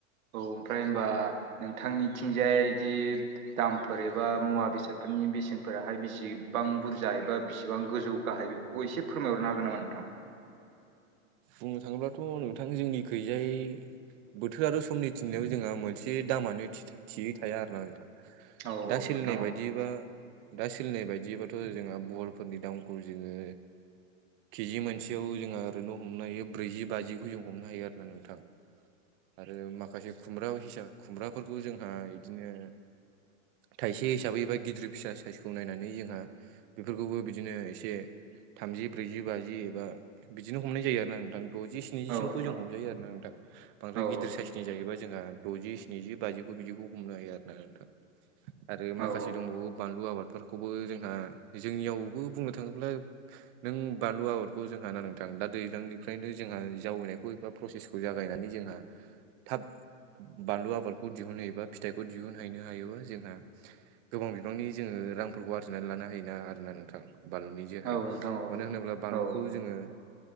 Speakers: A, on the right; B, on the right.
A: औ ओमफ्राय होनबा नोंथांनिथिंजाय बिदि दामफोर एबा मुवा बेसादफोरनि बेसेनफोराहाय बेसे बेसेबां बुरजा एबा बिसिबां गोजौ गाहाय बेफोरखौ एसे फोरमायहरनो हागोन नामा नोंथां।
B: बुंनो थाङोब्लाथ' नोंथां जोंनि गैजायै बोथोर आरो समनि। थिनायाव जोंहा मोनसे दामानो थियै थाया आरो ना नोंथां।
A: औ
B: दा
A: औ
B: सोलिनाय
A: नोंथां औ
B: बायदिबा दा सोलिनाय बायदिबाथ' जोंहा बल फोरनि दामखौ जोङो केजि मोनसेयाव जोंहा ओरैनो हमनो हायो ब्रैजि बाजिखौ जों हमनो हायो आरो ना नोंथां। आरो माखासे खुमब्रा हिसाब खुमब्राफोरखौ जोंहा बिदिनो। थाइसे हिसाबै एबा गिदिर फिसा साइसखौ नायनानै जोंहा बेफोरखौबो बिदिनो एसे थामजि ब्रैजि बि एबा बिदिनो हमनाय जायो आरोना नोंथां द'जि स्निजिसिमखौ
A: औ नोंथां
B: जों हमजायो आरोना नोंथां। बांद्राय
A: औ
B: गिदिर साइसनि जाहैबा जोंहा द'जि स्निजि बाजिखौ बिदिखौ हमनो हायो आरो ना नोंथां आरो माखासे
A: औ
B: दंबावो बानलु आबाद। फोरखौबो जोंहा जोंनियावबो बुंनो थाङोब्ला नों बानलु आबादखौ जोंहा ना नोंथां। दा दैज्लांनिफ्रायनो जोंहा जावैनायखौ एबा प्रसेसखौ जागायनानै जोंहा थाब बानलु आबादखौ दिहुनहयोबा फिथाइखौ दिहुनहैनो हायोबा जोंहा। गोबां बिबांनि जोङो रांफोरखौ आरजिनानै लानो हायोना आरोना नोंथां। बानलुनि जेहरै
A: औ नोंथां
B: मानो
A: औ
B: होनोब्ला बानलुखौ
A: औ
B: जोङो।